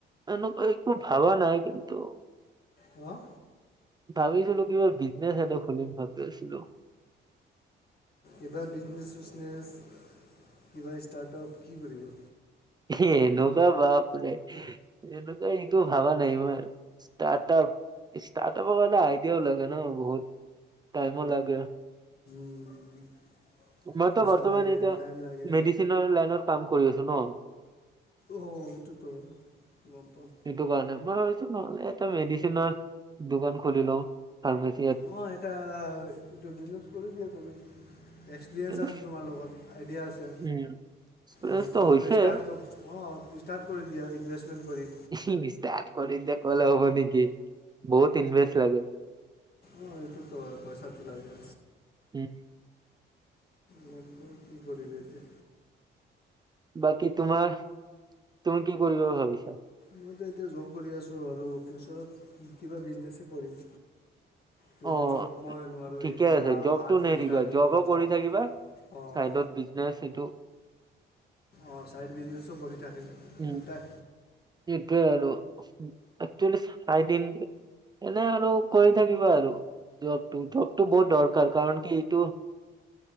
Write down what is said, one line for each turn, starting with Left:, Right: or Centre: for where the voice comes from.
Right: এনেকুৱা একো ভাবা নাই কিন্তু
Left: অহ
Right: ভাবিছিলো কিবা বিজনেচ এটা খুলিম ভাবি আছিলো।
Left: এইবাৰ বিজনেছ-চিজনেছ কিবা ষ্টাৰ্টআপ কি কৰিবা?
Right: এনেকুৱা বাপৰে এনেকুৱা এইটো ভাবা নাই মই ষ্টাৰ্টআপ ষ্টাৰ্টআপাৰ কাৰণে আইডিয়াও লাগে ন বহুত। টাইমো লাগে।
Left: উম
Right: মইতো
Left: পইচা
Right: বৰ্তমান
Left: লাগে
Right: এতিয়া
Left: টাইম লাগে
Right: মেডিচিনৰ লাইনত কাম কৰি আছো ন।
Left: অহ এইটোতো হয় গম পাওঁ।
Right: সেইটো কাৰণে। মই ভাবিছো নহ'লে এটা মেডিচিনৰ দোকান খুলি লওঁ ফাৰ্মাচী
Left: অহ এটা এইটো বিজনেছ কৰি দিয়া তুমি এক্সপিৰিয়েঞ্চ
Right: কিন্তু
Left: আছে তোমাৰ লগত। আইডিয়া আছে,
Right: উম, ব্যস্ত
Left: অহ তেনে'লে
Right: হৈছে
Left: ষ্টাৰ্ট কৰো অ ষ্টাৰ্ট কৰি দিয়া ইনভেষ্টমেণ্ট কৰি।
Right: ষ্টাৰ্ট কৰি দিয়া কলে হ'ব নেকি বহুত ইনভেষ্ট লাগে।
Left: অ এইটোতো হয় পইচাটো লাগে।
Right: উম।
Left: গম পাওঁ কি কৰিব এতিয়া।
Right: বাকী তোমাৰ তুমি কি কৰিবা ভাবিছা?
Left: মইতো এতিয়া জোব কৰি আছোঁ আৰু ফিউচাৰত কিবা বিজনেছে কৰিম। কি
Right: অ',
Left: জব মই? নোৱাৰোঁ
Right: ঠিকে
Left: এনেকা
Right: আছে জব
Left: আঠ
Right: টো নেৰিবা
Left: ঘণ্টা দিব
Right: জবো কৰি
Left: অঁ
Right: থাকিবা
Left: অঁ
Right: চাইডত বিজনেচ সেটো।
Left: অঁ ছাইড বিজনেছো কৰি থাকিম।
Right: <unintelligible>
Left: দুটাই
Right: <unintelligible> এনে আৰু কৰি থাকিবা আৰু, জবটো জবটো বহুত দৰকাৰ কাৰণ কি এইটো